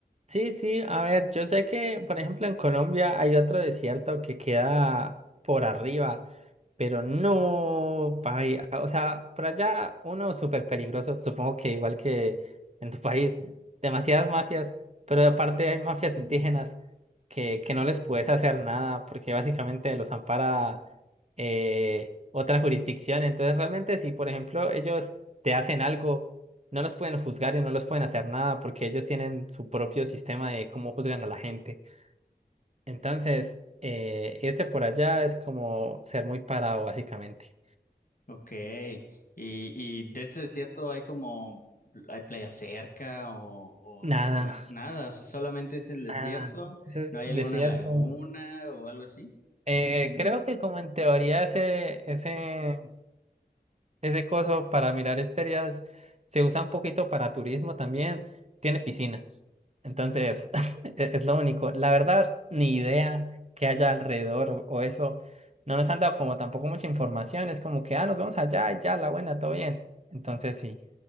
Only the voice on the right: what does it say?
Sí, sí, a ver, yo sé que, por ejemplo, en Colombia hay otro desierto que queda por arriba, pero no, ay, o sea, por allá uno súper peligroso, supongo que igual que en tu país, demasiadas mafias, pero aparte hay mafias indígenas que, que no les puedes hacer nada porque básicamente los ampara eh, otra jurisdicción, entonces realmente si, por ejemplo, ellos te hacen algo no los pueden juzgar y no los pueden hacer nada porque ellos tienen su propio sistema de cómo juzgan a la gente. Entonces, eh, irse por allá es como ser muy parado, básicamente.
Nada,
nada, eso es
desierto.
Eh, creo que como en teoría ese, ese Ese coso para mirar estrellas se usa un poquito para turismo también. Tiene piscina. Entonces, <laughs> e- es lo único. La verdad, ni idea que haya alrededor o, o eso. No nos han dado como tampoco mucha información. Es como que, ah, nos vemos allá, y ya, la buena, todo bien. Entonces, sí.